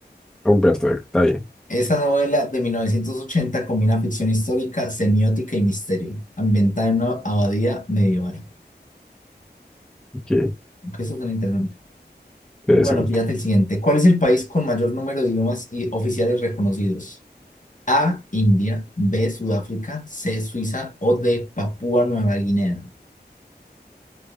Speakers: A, in the centre; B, on the left (about 45°).
A: Humberto, Eco, está bien.
B: Esa novela de 1980 combina ficción histórica, semiótica y misterio, ambientada en una abadía medieval.
A: Qué
B: Aunque eso suena interesante.
A: interesante.
B: Bueno, fíjate el siguiente. ¿Cuál es el país con mayor número de idiomas y oficiales reconocidos? A, India, B, Sudáfrica, C, Suiza o D, Papúa Nueva Guinea.